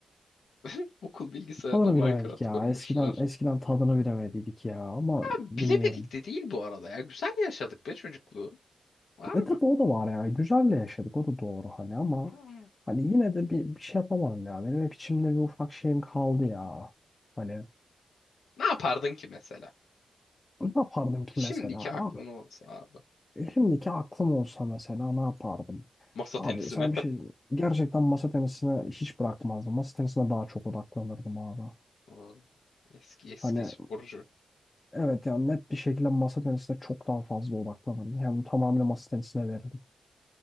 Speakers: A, on the left; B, on the left.
A: <laughs> Okul bilgisayarına
B: tadını
A: Minecraft
B: bilemedik ya.
A: kurmuşlar.
B: Eskiden eskiden tadını bilemediydik ya ama
A: Ya
B: bilmiyorum.
A: bilemedik de değil bu arada ya. Güzel yaşadık be çocukluğu. Var mı?
B: E tabi o da var ya. Güzelle yaşadık o da doğru hani ama
A: Hmm.
B: hani yine de bir, bir şey yapamam ya. Benim hep içimde bir ufak şeyim kaldı ya. Hani
A: Ne yapardın ki mesela?
B: ne yapardım ki
A: Şimdiki
B: mesela
A: aklım
B: abi?
A: olsa abi.
B: E, Şimdiki aklım olsa mesela ne yapardım?
A: Masa
B: Abi
A: tenisine.
B: sana bir şey diyeyim mi? Gerçekten masa tenisine hiç bırakmazdım. Masa tenisine daha çok odaklanırdım abi.
A: <laughs> Aa, Eski eski
B: Hani
A: sporcu.
B: evet yani net bir şekilde masa tenisine çok daha fazla odaklanırdım. Yani tamamıyla masa tenisine verirdim.